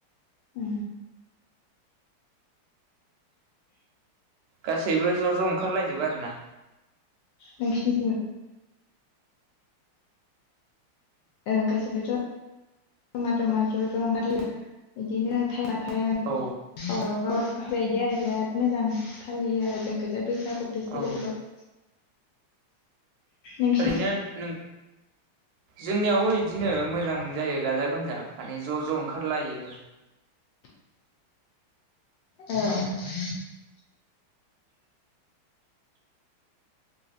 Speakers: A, on the left; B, on the right.
A: जायो
B: गासैबो ज' ज' ओंखारलायजोबो आरोना?
A: नोंसिनिथिं? ओ गासैबो ज' जमा जमा ज' ज' ओंखारलायो। इदिनो थाइबाथाय
B: औ
A: गावबागाव बेदि आरो बिराद मोजां फालियो आरो जोंखैजाय बैसागु फेस्टिभेलखौ।
B: औ
A: <inaudible> नोंसिनि
B: ओरैनो नों जोंनियावबो बिदिनो मोजां जायो गाजा गोमजा माने ज' ज' ओंखारलायो
A: <inaudible> औ